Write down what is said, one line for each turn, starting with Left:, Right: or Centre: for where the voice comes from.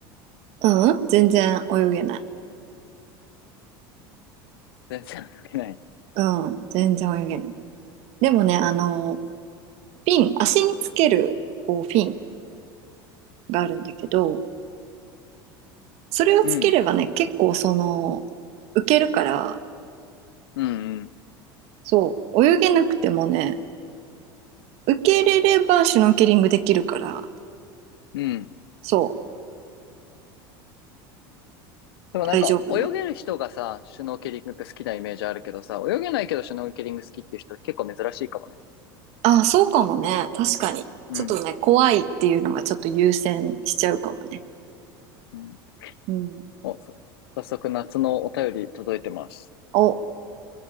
Right: うん、全然泳げない。
Left: 全然泳げない。
Right: うん、全然泳げない。でもね、あの、フィン、足につける、こう、フィンがあるんだけど、それをつければね、
Left: うん。
Right: 結構その、浮けるから、
Left: うんうん。
Right: そう、泳げなくてもね、浮けれればシュノーケリングできるから、
Left: うん。
Right: そ
Left: でもなんか泳げる人がさ、
Right: う、大丈夫なの。
Left: シュノーケリングって好きなイメージあるけどさ、泳げないけどシュノーケリング好きっていう人結構珍しいかもね。
Right: あ、そうかもね、確かに。
Left: うん。
Right: ちょっとね、怖いっていうのがちょっと優先しちゃうかもね。
Left: うん。
Right: うん。
Left: お、そ早速夏のお便り届いてます。
Right: お、